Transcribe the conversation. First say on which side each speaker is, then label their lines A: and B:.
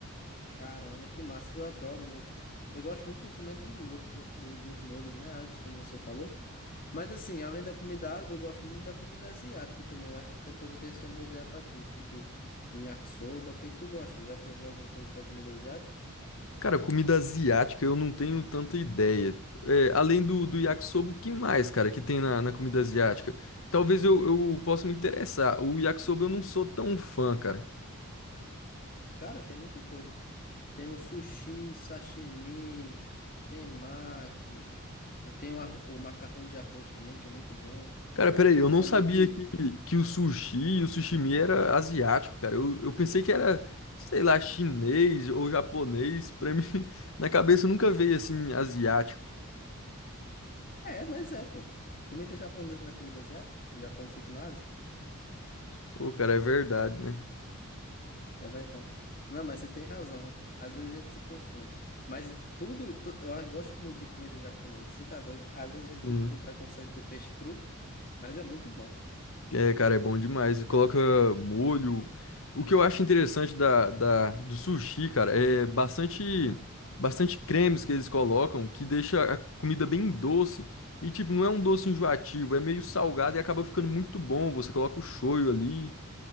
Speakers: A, on the left; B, on the left.
A: Caramba, que massa. Eu adoro muito. Eu gosto muito principalmente dos molhos, que- do- dos molhos, né, Alex, como você falou. Mas assim, além da comida árabe, eu gosto muito da comida asiática também. Eu acho que até poderia ser uma boa ideia pra tu. Tipo, um yakisoba. O que que tu gosta? Já provou alguma coisa da comida asiática?
B: Cara, comida asiática eu não tenho tanta ideia. É, além do, do yakisoba, o que mais, cara, que tem na, na comida asiática? Talvez eu, eu possa me interessar. O yakisoba eu não sou tão fã, cara.
A: Cara, tem muita coisa. Tem o sushi, sashimi, tem maqui, tem o, arro- o macarrão de arroz também, que é muito bom.
B: Cara, peraí, eu
A: Principalmente.
B: não sabia que, que o sushi e o sushimi era asiático, cara. Eu, eu pensei que era, sei lá, chinês ou japonês. Pra mim, <laughs> na cabeça nunca veio assim, asiático.
A: É, mas é, pô. Comida japonesa não é comida asiática? O Japão não fica na Ásia?
B: Ô, cara, é verdade, né?
A: É verdade. Não, mas você tem razão. Às vezes a gente se confunde. Mas tudo. tu- Eu gosto muito de comida japonesa. Você tá doido? Às vezes a gente
B: Sim.
A: fica com preconceito do peixe cru, mas é muito bom.
B: É, cara, é bom demais. Coloca molho. O que eu acho interessante da, da- do sushi, cara, é bastante, bastante cremes que eles colocam que deixa a comida bem doce. E, tipo, não é um doce enjoativo, é meio salgado e acaba ficando muito bom. Você coloca o shoyu ali.